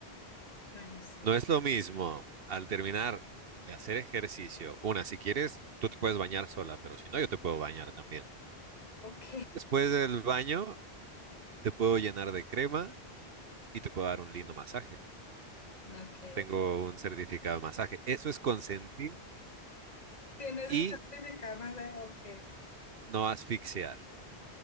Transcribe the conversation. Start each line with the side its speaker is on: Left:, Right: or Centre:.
Left: Bueno, sí,
Right: No
Left: sí.
Right: es lo mismo al terminar de hacer ejercicio. Una, si quieres, tú te puedes bañar sola, pero si no, yo te puedo bañar también.
Left: ok,
Right: Después del baño, te puedo llenar de crema y te puedo dar un lindo masaje.
Left: <laughs> ok.
Right: Tengo un certificado de masaje. Eso es consentir
Left: ¿Tienes
Right: y
Left: un certificado más de ok?
Right: no asfixiar.